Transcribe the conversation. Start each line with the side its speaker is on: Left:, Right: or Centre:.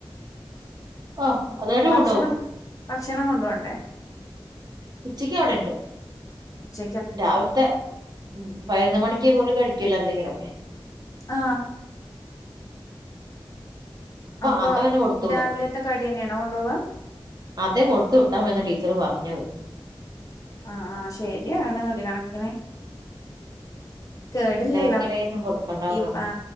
Right: ആഹ് അതാരും
Left: ഭക്ഷണം
Right: ഉണ്ടാവും
Left: ഭക്ഷണം കൊണ്ടോണ്ടേ
Right: ഉച്ചക്ക് അവിടെ ഉണ്ട്
Left: അച്ച
Right: രാവിലത്തെ ഉം പതിനൊന്ന് മണിക്ക് പോല കഴിക്കല്ലോ എന്തെങ്കിലും ഒക്കെ
Left: ആ അപ്പൊ
Right: അതങ്ങനെ കൊടുത്തു
Left: രാവിലെത്തെ കടി തന്നെയണോ കൊണ്ടുപോവാ
Right: അതെ കൊടുത്തു വിട്ടാമെന്ന് ടീച്ചര് പറഞ്ഞത്
Left: ആ ആ ശരിയാണ് ഒരു കണക്കിന് കേടില്ലല്ലോ
Right: ബേക്കറിയൊന്നും കൊടുക്കണ്ടാന്ന്
Left: ഇ
Right: പറഞ്ഞു
Left: ആ